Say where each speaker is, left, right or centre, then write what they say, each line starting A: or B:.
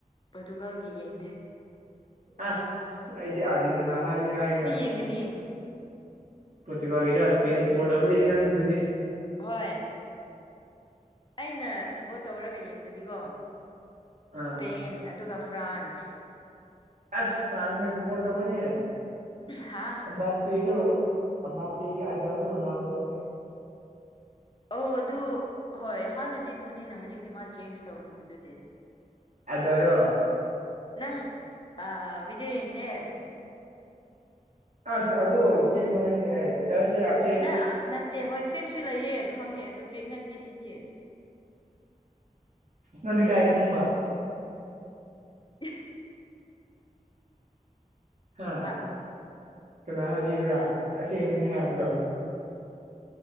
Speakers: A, on the left; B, on the right.
A: ꯄꯣꯔꯇꯨꯒꯜꯒꯤ ꯌꯦꯡꯗꯦ
B: ꯑꯁ ꯑꯩꯗꯤ ꯑꯥꯖꯅꯤꯅ ꯍꯥꯏꯦ ꯍꯥꯏꯔꯦꯒ
A: ꯍꯤꯡꯒꯅꯤꯌꯦ
B: ꯄꯣꯆꯨꯀꯒꯦ ꯁꯄꯦꯟ ꯁꯦꯄꯣꯔꯠ ꯍꯕꯨꯒ ꯅꯗꯤ
A: ꯍꯣꯏ ꯑꯩꯅ ꯁꯞꯄꯣꯔꯠ ꯇꯧꯔꯒ ꯌꯦꯡꯕꯗꯤꯀꯣ
B: ꯑꯥ
A: ꯁꯄꯦꯟ ꯑꯗꯨꯒ ꯐ꯭ꯔꯥꯟꯁ
B: ꯑꯁ ꯐ꯭ꯔꯥꯟꯁꯅꯦꯁꯄꯣꯠꯇꯧꯑꯣꯅꯦ
A: ꯍꯥ
B: ꯑꯝꯕꯄꯦꯗ ꯑꯄꯦꯒꯤ ꯑꯗꯎꯗꯔꯣ ꯔꯣꯅꯥꯜꯗꯣꯅꯦ
A: ꯑꯣ ꯑꯗꯨ ꯍꯣꯏ ꯍꯥꯟꯅꯗꯤꯗꯨꯅꯤꯅ ꯍꯧꯖꯤꯛꯇꯤ ꯃꯥ ꯆꯦꯟꯖ ꯇꯧꯈ꯭ꯔꯕꯗꯨꯗꯤ
B: ꯑꯗꯔꯣ
A: ꯅꯪ ꯑ ꯕꯤꯗꯤꯌꯣꯌꯦꯡꯗꯦ
B: ꯑ ꯑꯗꯨ <inaudible>
A: ꯅ ꯑ ꯅꯠꯇꯦ ꯍꯣꯏ ꯐꯦꯛꯁꯨ ꯂꯩꯌꯦ ꯈꯪꯉꯦ ꯑꯗꯨꯣ ꯐꯦꯛ ꯅꯠꯇꯦ ꯁꯤꯗꯤꯌꯦ
B: ꯅꯟ ꯀꯥꯏ ꯈꯪꯕꯥ
A: <inaudible>
B: ꯍꯥ
A: ꯌꯦꯡꯕ
B: ꯀꯅꯥ ꯍꯥꯏꯕꯤꯕ꯭ꯔꯥ ꯑꯁꯦꯡꯕꯅꯤ ꯍꯥꯏꯕꯗꯣ